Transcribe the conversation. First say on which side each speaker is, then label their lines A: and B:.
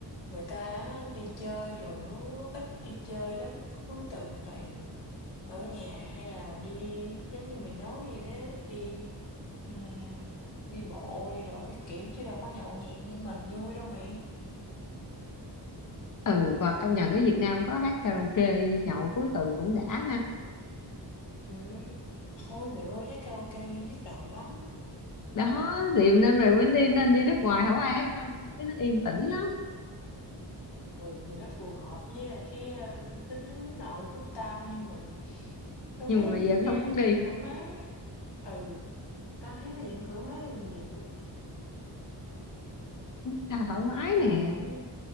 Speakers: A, on the left; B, on the left.
A: người ta á, đi chơi rồi nó ít đi chơi lắm. Cuối tuần toàn ở nhà hay là đi giống như mày nói vậy đó đi ừm, đi bộ đi đồ các kiểu chứ đâu có nhậu nhẹt như mình vui đâu mày
B: ừ và công nhận ở Việt Nam có hát karaoke đi nhậu cuối tuần cũng đã ha
A: ừ. thôi mày ơi hát karaoke nghe nhức đầu lắm
B: đó thì nên rồi mình đi nên đi nước ngoài không ai hát karaoke nó yên tĩnh lắm
A: ừ thì nó phù hợp với lại cái ờ, tính hướng nội của tao nhưng mà tao
B: nhưng
A: thấy
B: mà bây
A: Việt
B: giờ
A: Nam
B: không muốn đi
A: vẫn thoải mái ừ tao thấy nó vẫn thoải mái hơn nhiều
B: tha thoải mái
A: tao
B: nè
A: vẫn